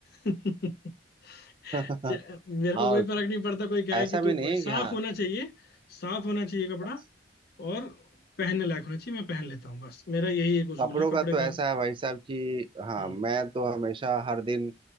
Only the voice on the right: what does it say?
<laughs>
और
क्या
ऐसा
भी
नहीं है
कि हाँ
बस।
कपड़ों
का तो
ऐसा है भाई साहब कि हाँ
मैं तो हमेशा हर दिन